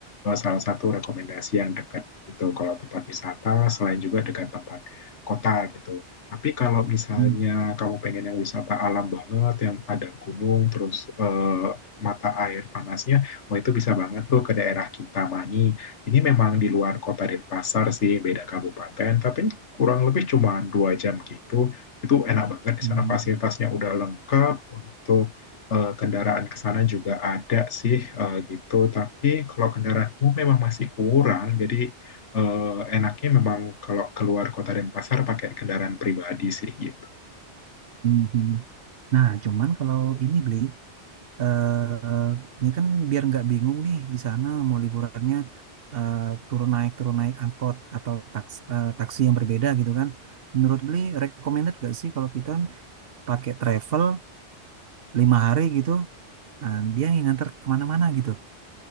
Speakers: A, on the left; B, on the right.
A: eh, salah satu rekomendasi yang dekat gitu kalau tempat wisata selain juga dekat tempat kota gitu tapi kalau misalnya
B: hmm,
A: kamu pengen yang wisata alam banget yang ada gunung terus eh, mata air panasnya wah itu bisa banget tuh ke daerah Kintamani ini memang di luar kota Denpasar sih beda kabupaten tapi kurang lebih cuma dua jam gitu itu enak banget di
B: hmm,
A: sana fasilitasnya
B: hmm,
A: udah lengkap untuk eh, kendaraan ke sana juga ada sih eh, gitu tapi kalau kendaraan umum memang masih kurang jadi eh, enaknya memang kalau keluar kota Denpasar pakai kendaraan pribadi sih gitu
B: hmm, hmm. nah cuman kalau ini beli eh ini kan biar nggak bingung nih di sana mau liburannya eh, turun naik turun naik angkot atau taks, eh, taksi yang berbeda gitu kan menurut beli recommended nggak sih kalau kita pakai travel lima hari gitu nah, dia yang nganter kemana-mana gitu